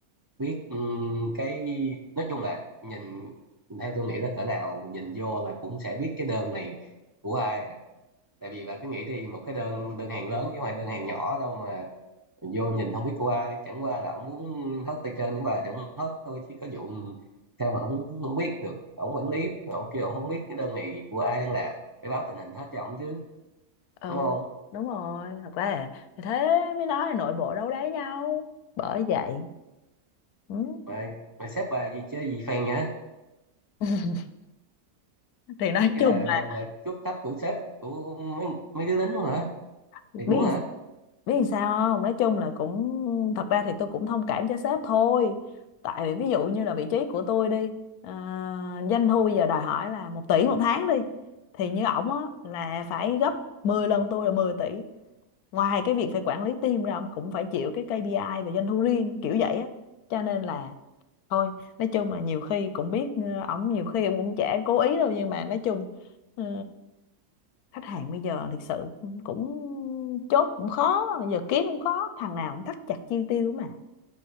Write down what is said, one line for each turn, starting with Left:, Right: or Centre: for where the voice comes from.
Right: biết ừm, cái nói chung là nhìn theo tôi nghĩ là cỡ nào nhìn vô là cũng sẽ biết cái đơn này của ai rồi tại vì bạn cứ nghĩ thì một cái đơn đơn hàng lớn chứ không phải đơn hàng nhỏ đâu mà mình vô nhìn không biết của ai chẳng qua là ổng muốn hớt tay trên của bà thì ổng hớt thôi chứ có vụ sao mà không không biết được ổng quản lý ổng kêu ổng không biết cái đơn này của ai đang làm phải báo tình hình hết cho ổng chứ
Left: ừ
Right: đúng không
Left: Đúng rồi, thật ra là thế mới nói là nội bộ đấu đá nhau. Bởi vậy. Ừ.
Right: mà mà sếp bà gì chơi gì phèn hả
Left: <laughs> thì nói
Right: cái
Left: chung
Right: là là,
Left: là
Right: là cướp thấp của sếp của mấy mấy đứa lính luôn hả
Left: biết
Right: thiệt luôn hả
Left: biết làm sao không nói chung là cũng thật ra thì tôi cũng thông cảm cho sếp thôi tại vì ví dụ như là vị trí của tôi đi ờ, doanh thu bây giờ đòi hỏi là một tỷ một tháng đi thì như ổng á là phải gấp 10 lần tôi là mười tỷ ngoài cái việc phải quản lý team ra ông cũng phải chịu cái KPI về doanh thu riêng kiểu vậy á cho nên là thôi nói chung là nhiều khi cũng biết ờ, ổng nhiều khi ổng cũng chả cố ý đâu nhưng mà nói chung ờ, khách hàng bây giờ thực sự cũng chốt cũng khó bây giờ kiếm cũng khó thằng nào cũng thắt chặt chi tiêu mà